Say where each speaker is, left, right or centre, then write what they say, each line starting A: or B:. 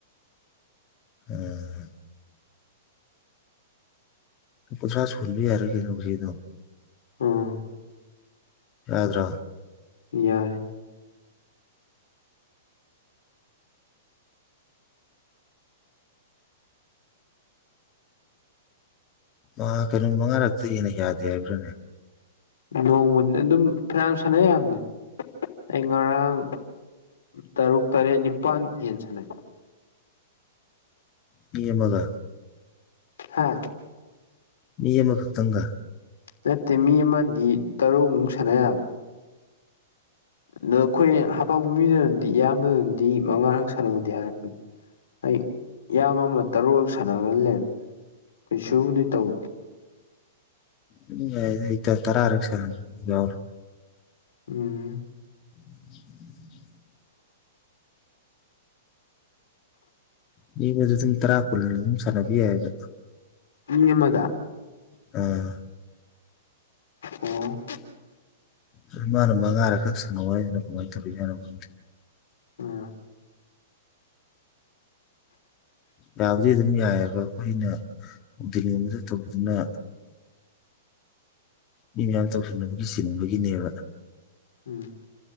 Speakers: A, on the left; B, on the left.
A: ꯑꯝ ꯀꯨꯟꯊ꯭ꯔꯥ ꯁꯨꯍꯟꯕ ꯌꯥꯔꯦ ꯀꯩꯅꯣ ꯍꯧꯖꯤꯛꯗꯣ
B: ꯎꯝ
A: ꯌꯥꯗ꯭ꯔꯥ
B: ꯌꯥꯏ
A: ꯑ ꯀꯩꯅꯣ ꯃꯉꯥꯔꯛꯇꯩ ꯍꯦꯟꯅ ꯌꯥꯗꯦ ꯍꯥꯏꯕ꯭ꯔꯥꯅꯦ
B: ꯅꯣꯡꯃꯒꯤ ꯑꯗꯨꯝ ꯐꯅꯌꯥꯝ ꯁꯥꯟꯅ ꯌꯥꯕꯅꯤ ꯑꯩ ꯉꯔꯥꯡ ꯇꯔꯨꯛ ꯇꯔꯦꯠ ꯅꯤꯄꯥꯜ ꯍꯦꯟ ꯁꯥꯟꯅꯩ
A: ꯃꯤ ꯑꯃꯥꯒ
B: ꯍꯥ
A: ꯃꯤ ꯑꯃꯥꯈꯛꯇꯪꯒ
B: ꯅꯠꯇꯦ ꯃꯤ ꯑꯃꯗꯤ ꯇꯔꯨꯛꯃꯨꯛ ꯁꯥꯟꯅ ꯌꯥꯕꯅꯤ ꯑꯗꯣ ꯑꯩꯈꯣꯏ ꯍꯥꯄꯛꯄ ꯃꯤꯗꯨꯅꯗꯤ ꯏꯌꯥꯝꯕꯗꯅꯗꯤ ꯃꯉꯥꯔꯛ ꯁꯥꯟꯅꯨꯗꯤ ꯍꯥꯏꯔꯛꯄꯅꯦ ꯑꯩ ꯏꯌꯥꯝꯕ ꯑꯃꯥ ꯇꯔꯨꯛꯂꯛ ꯁꯥꯟꯅꯍꯜꯂꯦ ꯀꯩꯁꯨꯕꯨꯗꯤ ꯇꯧꯗꯦ
A: ꯑꯗꯨꯝ ꯌꯥꯏꯗ ꯏꯇ ꯇꯔꯥꯛ ꯁꯥꯟꯅꯕ ꯌꯥꯎꯔꯦ
B: ꯎꯝ
A: <unintelligible> <unintelligible> ꯇꯔꯥ ꯀꯨꯜꯂ ꯑꯗꯨꯝ ꯁꯥꯟꯅꯕ ꯌꯥꯏꯕ
B: ꯃꯤ ꯑꯃꯥꯗ
A: ꯑ
B: ꯑꯣ
A: ꯑꯗꯨ ꯃꯥꯅ ꯃꯉꯥꯔꯛ ꯈꯛ ꯁꯥꯟꯅꯧ ꯍꯥꯏꯖꯤꯅ ꯀꯃꯥꯏ ꯇꯧꯔꯤꯖꯥꯠꯅꯣ ꯈꯪꯗꯦ
B: ꯎꯝ
A: ꯌꯥꯕꯨꯗꯤ ꯑꯗꯨꯝ ꯌꯥꯏꯕ ꯑꯩꯈꯣꯏꯅ ꯅꯨꯡꯇꯤ ꯅꯣꯡꯃꯗ ꯇꯧꯕꯗꯨꯅ ꯃꯤ ꯃꯌꯥꯝ ꯇꯧꯁꯤꯟꯅꯕꯒꯤ ꯆꯤꯟꯕꯒꯤꯅꯦꯕ
B: ꯎꯝ